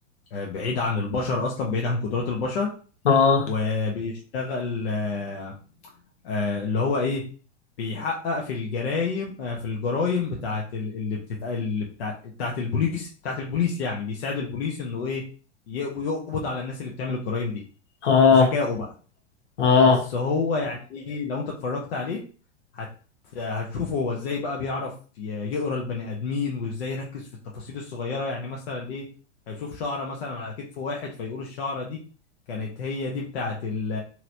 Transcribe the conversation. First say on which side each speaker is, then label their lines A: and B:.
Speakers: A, on the left; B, on the left.
A: آه، بعيد عن البشر اصلا بعيد عن قدرات البشر
B: اه
A: وبيشتغل آه، آه، اللي هو ايه بيحقق في الجرايم آه، في الجرايم بتاعت ال- اللي بتت اللي بتاع بتاعت البوليس بتاعت البوليس يعني بيساعد البوليس انه ايه يقب- يقبض على الناس اللي بتعمل الجرايم دي
B: اه
A: بذكائه بقى
B: اه
A: بس هو يعني ايه لو انت اتفرجت عليه هت هتشوف هو ازاي بقى بيعرف ي- يقرا البني ادمين وازاي يركز في التفاصيل الصغيره يعني مثلا ايه هيشوف شعره مثلا على كتف واحد فيقول الشعره دي كانت هي دي بتاعت ال